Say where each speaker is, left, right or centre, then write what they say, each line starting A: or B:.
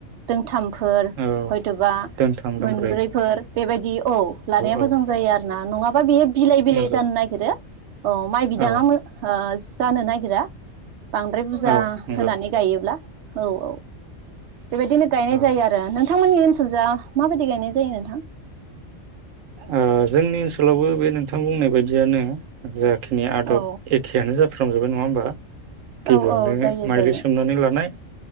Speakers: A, on the right; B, on the right.
A: दोंथाम फोर
B: औ
A: हयथ'बा
B: दोंथाम दोंब्रै
A: मोनब्रैफोर बेबायदि औ लानाया
B: औ
A: मोजां जायो
B: औ
A: आरोना नंङाबा बेयो बिलाय-बिलाय
B: नंगौ
A: जानो नागिरो औ माय बिदाङा
B: औ
A: मो ओ जानो नागिरा बांद्राय बुजा
B: औ नंगौ
A: होनानै गायोब्ला। औ औ बेबायदिनो गायनाय
B: औ
A: जायो आरो नों थांमोननि ओनसोलजा माबायदि गायनाय जायो नोंथां?
B: ओ जोंनि ओनसोलावबो बे नोंथां बुंनाय बायदियानो जा खिनि आदब
A: औ
B: एखेयानो जाफ्रामजोबो नंङा होमबा? गिबियावनो
A: औ औ जायो
B: मायलि
A: जायो
B: सोमनानै लानाय